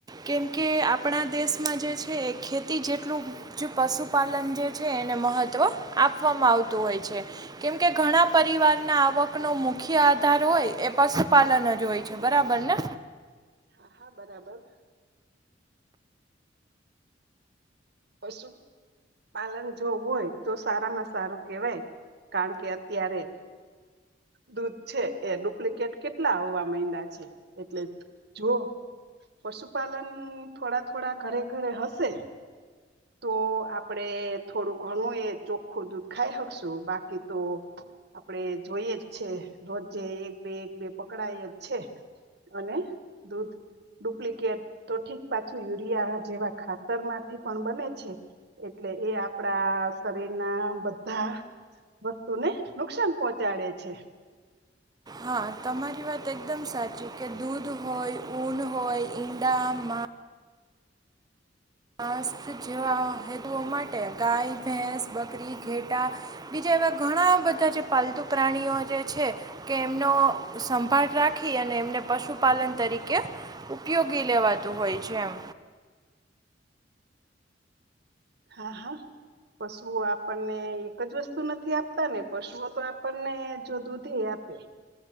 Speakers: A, on the right; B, on the right.
A: કેમકે આપણા દેશમાં જે છે એ ખેતી જેટલું જો પશુપાલન જે છે એને મહત્વ આપવામાં આવતું હોય છે. કેમકે ઘણા પરિવારના આવકનુ મુખ્ય આધાર હોય એ પશુપાલન જ હોય છે બરાબર ને
B: હા હા બરાબર. પશું પાલન જો હોય તો સારામાં સારું કેહેવાય કારણ કે અત્યારે દૂધ છે એ ડુપ્લિકેટ કેટલા આવવા મયંડા છે. એટલે જો પશુપાલન થોડા થોડા ઘરે ઘરે હશે તો આપડે થોડું ઘણું એ ચોખ્ખું દૂધ ખાઈ હકશું બાકી તો આપડે જોઈએ જ છે રોજે એક બે એક બે પકડાય જ છે. અને દૂધ ડુપ્લિકેટ તો ઠીક પાછું યુરિયા જેવા ખાતર માં થી પણ બને છે એટલે એ આપડા શરીરના બધા વસ્તુને નુકસાન પહોંચાડે છે.
A: હા તમારી વાત એકદમ સાચી કે દૂધ હોય, ઊન હોય, ઈંડા મા માસ જેવા હેદુઓ માટે ગાય, ભેંસ, બકરી, ઘેટા‌ બીજા એવા ઘણા બધા જે પાલતુ પ્રાણીઓ જે છે કે એમનો સંભાળ રાખી અને એમને પશુપાલન તરીકે ઉપયોગી લેવાતું હોય છે એમ.
B: હા હા પશુ આપણને એક જ વસ્તુ નથી આપતા ને પશુઓ તો આપણને જો દૂધે આપે